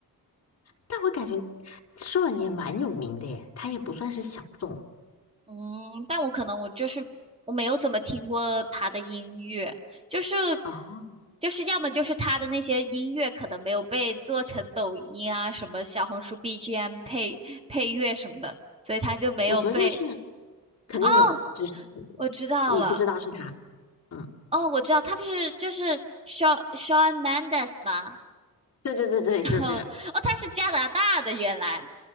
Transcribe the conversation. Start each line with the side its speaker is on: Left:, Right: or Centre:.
Left: 但我感觉 Sean 也蛮有名的耶，他也不算是小众
Right: 嗯，但我可能我就是我没有怎么听过他的音乐，就是
Left: 哦，
Right: 就是要么就是他的那些音乐可能没有被做成抖音啊什么小红书 BGM 配配乐什么的，所以他就没有被。
Left: 我觉得是肯定有，
Right: 哦，
Left: 只是
Right: 我知道了，
Left: 你不知道是他。嗯，
Right: 哦，我知道他不是就是 Shawn Shawn Mendes 吗？
Left: 对对对对，
Right: <laughs>
Left: 就是这个。
Right: 哦，他是加拿大的，原来